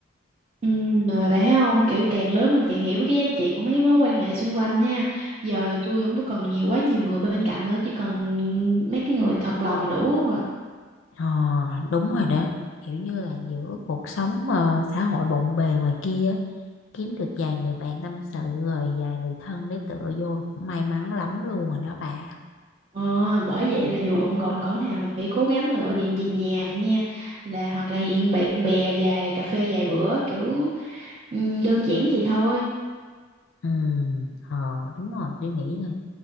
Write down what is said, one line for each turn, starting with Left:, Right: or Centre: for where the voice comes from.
Right: Ừ, rồi bạn thấy không kiểu càng lớn mình càng hiểu mấy cái giá trị của mấy mối quan hệ xung quanh ha giờ thì tôi không có cần nhiều quá nhiều người bên cạnh nữa chỉ cần mấy cái người thật lòng là đủ rồi
Left: ờ, đúng rồi đó kiểu như là giữa cuộc sống ờ, xã hội bộn bề ngoài kia á, kiếm được vài người bạn tâm sự rồi vài người thân để tựa vô là cũng may mắn lắm luôn rồi đó bà
Right: ờ, bởi vậy là dù bận rộn cỡ nào là phải cố gắng là gọi điện về nhà nha là hoặc là hẹn bạn bè vài cà phê vài bữa kiểu ừ, đơn giản vậy thôi
Left: ừ ờ đúng rồi tôi nghĩ là